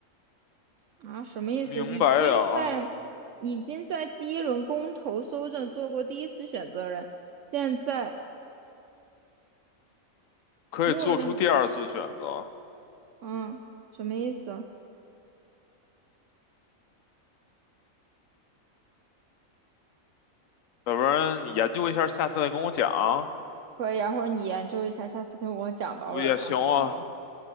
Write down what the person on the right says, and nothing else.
啊，什么意思？
已经在已经在第一轮公投搜证做过第一次选择人，现在
默认嗯，什么意思？
可以啊，或者你研究一下，下次跟我讲吧，
我有点看不懂了。